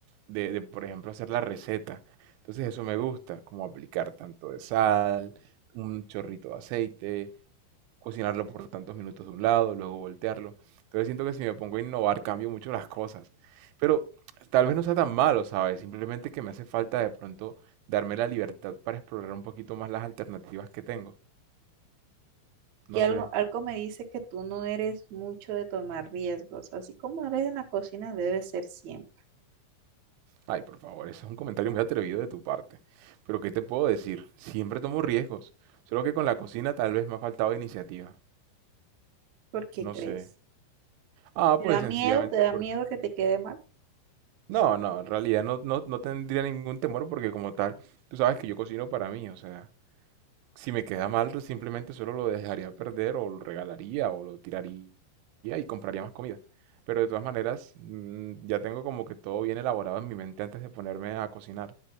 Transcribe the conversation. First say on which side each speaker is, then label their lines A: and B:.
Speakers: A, on the right (about 80°); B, on the right (about 65°).
A: de, de, por ejemplo, hacer la receta. Entonces eso me gusta, como aplicar tanto de sal, un chorrito de aceite, cocinarlo por tantos minutos de un lado, luego voltearlo. Entonces siento que si me pongo a innovar cambio mucho las cosas. Pero tal vez no sea tan malo, ¿sabes? Simplemente que me hace falta de pronto darme la libertad para explorar un poquito más las alternativas que tengo.
B: Que
A: No
B: algo,
A: sé.
B: algo me dice que tú no eres mucho de tomar riesgos. Así como eres en la cocina, debe ser siempre.
A: Ay, por favor, ese es un comentario muy atrevido de tu parte. Pero ¿qué te puedo decir? Siempre tomo riesgos. Solo que con la cocina tal vez me ha faltado iniciativa.
B: ¿Por qué crees?
A: No sé. Ah,
B: ¿Te
A: pues
B: da miedo?
A: sencillamente
B: ¿Te da
A: porque...
B: miedo que te quede mal?
A: No, no, en realidad no, no, no tendría ningún temor porque como tal, tú sabes que yo cocino para mí. O sea, si me queda mal, simplemente solo lo dejaría perder o lo regalaría o lo tiraría y compraría más comida. Pero de todas maneras, mm, ya tengo como que todo bien elaborado en mi mente antes de ponerme a cocinar.